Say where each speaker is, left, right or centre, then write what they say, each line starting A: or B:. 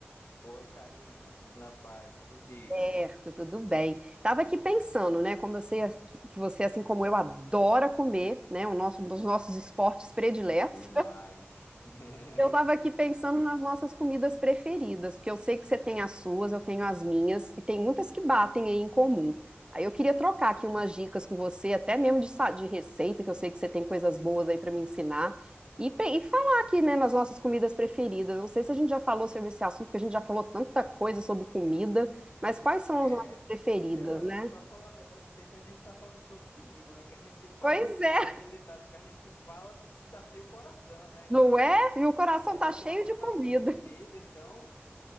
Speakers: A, on the left (about 65°); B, on the right (about 20°).
A: Oi, Karina, tudo na paz e contigo?
B: Certo, tudo bem. Tava aqui pensando, né? Como eu sei as- que que você, assim como eu, adora comer, né? O nosso, um dos nossos esportes prediletos.
A: E mais. <laughs>
B: Eu estava aqui pensando nas nossas comidas preferidas, porque eu sei que você tem as suas, eu tenho as minhas, e tem muitas que batem aí em comum. Aí eu queria trocar aqui umas dicas com você, até mesmo de, sa- de receita, que eu sei que você tem coisas boas aí para me ensinar, e, pe- e falar aqui, né, nas nossas comidas preferidas. Não sei se a gente já falou sobre esse assunto, porque a gente já falou tanta coisa sobre comida, mas quais são
A: É,
B: as nossas preferidas,
A: eu acho
B: né?
A: que, pra falar a verdade, sempre a gente tá falando sobre comida, né? Que a gente fala,
B: Pois é,
A: tem aquele ditado que a gente fala do que tá cheio o coração, né? Então,
B: não é? Meu coração
A: a gente
B: tá
A: é
B: cheio
A: apaixonado
B: de comida.
A: por comida,
B: <laughs>
A: então